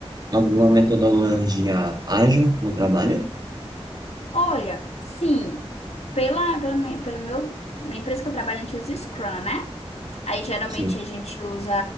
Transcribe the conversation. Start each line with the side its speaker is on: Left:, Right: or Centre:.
Right: alguma metodologia ágil no trabalho?
Left: olha, sim, pela, pela, minha- pelo meu, na empresa que eu trabalho, a gente usa Scrum, né? Aí geralmente
Right: Sim.
Left: a gente usa